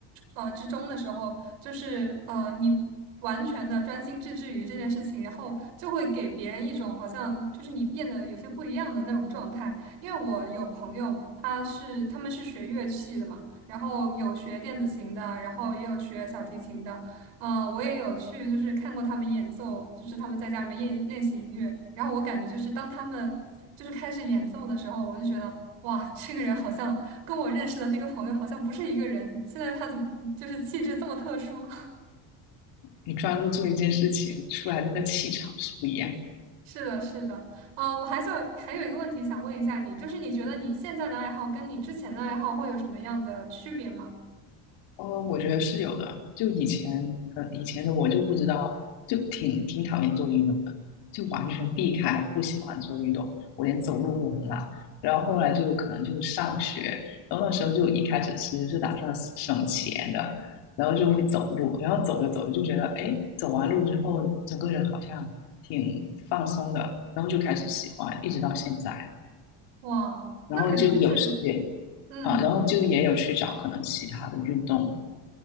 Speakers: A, on the right; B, on the left.
A: 呃之中的时候，就是呃你完全的专心致志于这件事情，然后就会给别人一种好像就是你变得有些不一样的那种状态。因为我有朋友，他是他们是学乐器的嘛，然后有学电子琴的，然后也有学小提琴的，嗯，我也有去，就是看过他们演奏，就是他们在家里面练练习音乐。然后我感觉就是当他们就是开始演奏的时候，我就觉得哇，这个人好像跟我认识的那个朋友好像不是一个人。现在他怎么就是气质这么特殊？
B: 你专注做一件事情，出来那个气场是不一样。
A: <laughs> 是的，是的。啊，我还想还有一个问题想问一下你，就是你觉得你现在的爱好跟你之前的爱好会有什么样的区别吗？
B: 哦，我觉得是有的。就以前，呃，以前的我就不知道，就挺挺讨厌做运动的，就完全避开，不喜欢做运动，我连走路都很懒。然后后来就可能就上学，然后那时候就一开始其实是打算省钱的，然后就会走路，然后走着走着就觉得，哎，走完路之后，整个人好像挺放松的，然后就开始喜欢，一直到现在。
A: 哇，
B: 然后就有时间
A: 那感觉就是嗯。
B: 啊，然后就也有去找可能其他的运动，